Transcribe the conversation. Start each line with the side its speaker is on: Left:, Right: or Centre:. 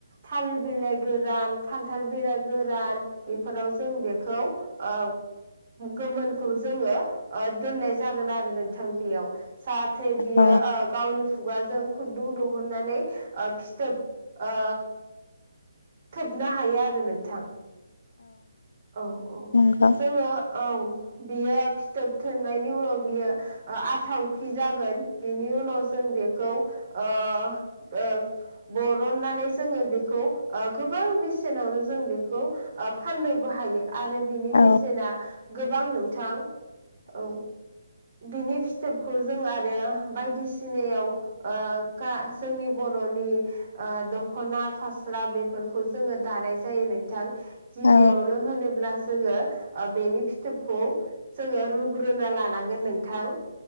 Right: थालिर बिलाइ गोरान खान्थाल खान्थाल बेरा गोरान बेफोराव जों बेखौ औ गोमोनखौ जोङो ओ दोननाय जागोन आरो नोंथां बेयाव सा नाथाय बियो
Left: औ
Right: ओ गावनि खुगाजों खुन्दुं दिहुननानै ओ फिथोब ओ थोबनो हायो आरो नोंथां औ औ
Left: नंगौ
Right: जोङो औ बियो फिथोब थोननायनि उनाव बियो आथावख्रि जागोन बेनि उनाव जों बेखौ ओ ओ बरननानै जोङो बेखौ गोबां बेसेनावनो जों बेखौ फाननोबो हायो आरो बिनि बेसेना
Left: औ
Right: गोबां नोंथां औ बिनि फिथोबखौ जों आरो बायदिसिनायाव ओ गा जोंनि बर'नि दखना फास्रा बेफोरखौ जोङो दानाय जायो नोंथां गिबियावनो
Left: औ
Right: होनोब्ला जोङो ओ बेनि फिथोबखौ जोङो रुग्रोना लानांगोन नोंथां